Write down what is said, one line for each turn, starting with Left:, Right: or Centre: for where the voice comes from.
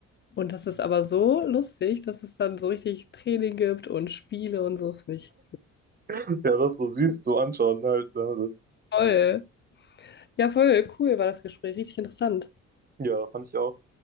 Left: Und das ist aber so lustig, dass es dann so richtig Training gibt und Spiele und so. Das finde ich
Right: Ja, das so süß zu anschauen halt. Ne?
Left: toll. Ja, voll cool war das Gespräch, richtig interessant.
Right: Das, ja, fand ich auch.